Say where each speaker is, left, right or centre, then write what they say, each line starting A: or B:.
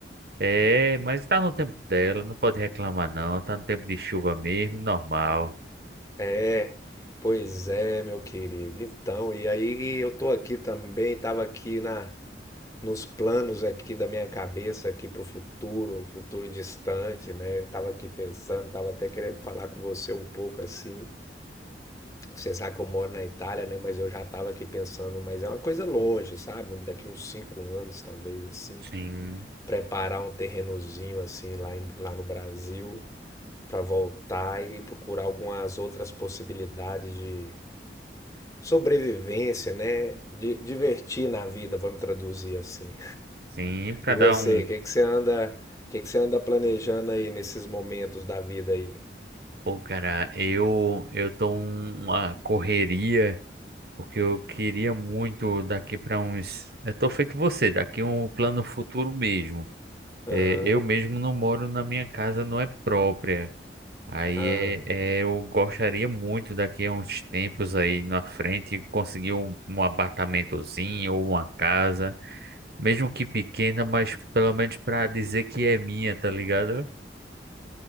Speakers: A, on the right; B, on the left.
A: É, mas tá no tempo dela, não pode reclamar não. Tá no tempo de chuva mesmo, normal.
B: é. Pois é, meu querido. Então, e aí eu tô aqui também, tava aqui na nos planos aqui da minha cabeça aqui pro futuro, futuro distante, né? Eu tava aqui pensando, tava até querendo falar com você um pouco assim. Você sabe que eu moro na Itália, né? Mas eu já tava aqui pensando, mas é uma coisa longe, sabe? Daqui uns cinco anos, talvez assim,
A: Sim,
B: preparar um terrenozinho assim lá, em- lá no Brasil pra voltar e procurar algumas outras possibilidades de sobrevivência, né? De divertir na vida, vamos traduzir assim.
A: sim, pra
B: E
A: dar
B: você,
A: um.
B: o que que você anda, o que que você anda planejando aí nesses momentos da vida aí?
A: Pô, cara, eu eu tô um- uma correria, porque eu queria muito daqui para uns. Eu tô feito você, daqui um plano futuro mesmo.
B: Aham.
A: É, eu mesmo não moro na minha casa, não é própria. Aí
B: Ah.
A: é, é, eu gostaria muito daqui a uns tempos aí na frente conseguir um, um apartamentozinho ou uma casa, mesmo que pequena, mas pelo menos para dizer que é minha, tá ligado?